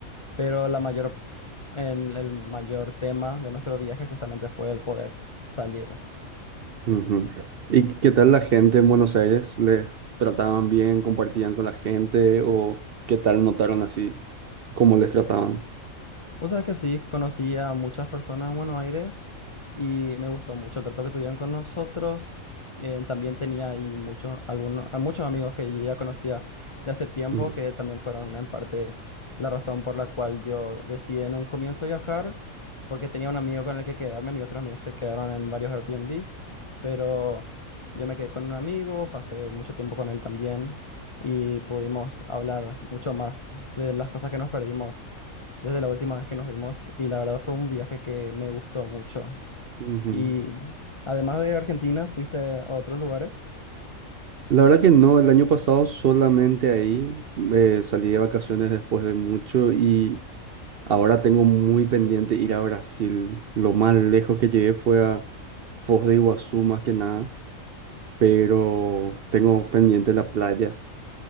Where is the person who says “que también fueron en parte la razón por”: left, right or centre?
Left